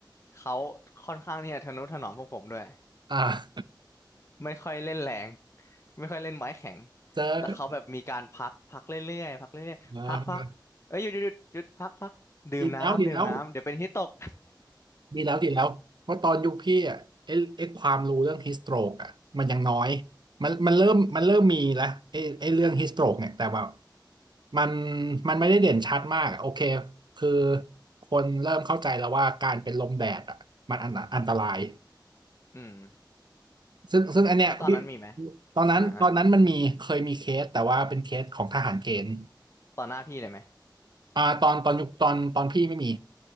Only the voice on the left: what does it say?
เขาค่อนข้างที่จะทะนุถนอมพวกผมด้วย
ไม่ค่อยเล่นแรงไม่ค่อยเล่นไม้แข็ง
แล้วเขาแบบมีการพักพักเรื่อยๆพักเรื่อยๆพักพักเอ้ยหยุดหยุดหยุดหยุดพักพักดื่มน้ำดื่มน้ำเดี๋ยวเป็นฮิตตก
<laughs> อืม
แล้วตอนนั้นมีไหม
อ่าอ่าต่อหน้าพี่เลยไหม